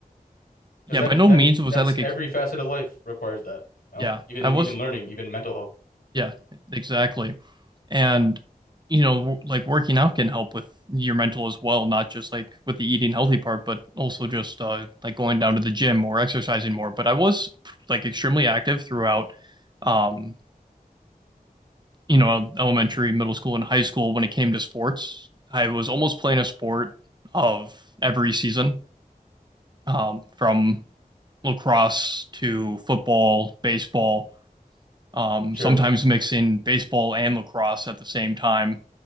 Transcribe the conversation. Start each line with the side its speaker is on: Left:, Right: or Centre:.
Right: yeah,
Left: because that
Right: by no
Left: that
Right: means was
Left: that's
Right: I like, ex
Left: every facet of life requires that. You
Right: yeah,
Left: know, even
Right: I was,
Left: even learning, even mental health.
Right: yeah, exactly. And, you know, w- like working out can help with your mental as well, not just like with the eating healthy part, but also just uh, like going down to the gym or exercising more. But I was like extremely active throughout, um, you know, elementary, middle school, and high school when it came to sports. I was almost playing a sport of every season. um, from lacrosse to football, baseball, um,
Left: Sure,
Right: sometimes mixing baseball and lacrosse at the same time.